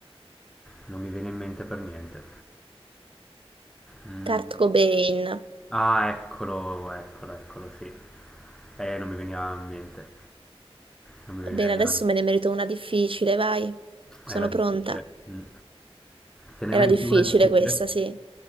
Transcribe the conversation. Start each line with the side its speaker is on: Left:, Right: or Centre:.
Centre: Non mi viene in mente per niente. Mm.
Right: Kurt Cobain.
Centre: Ah, eccolo, eccolo, eccolo, sì. Eh, non mi veniva in mente. Non mi veniva-
Right: Bene,
Centre: era,
Right: adesso me ne merito una difficile, vai. Sono
Centre: era
Right: pronta.
Centre: difficile. Mm. Te ne
Right: Era
Centre: meriti
Right: difficile
Centre: una difficile?
Right: questa, sì.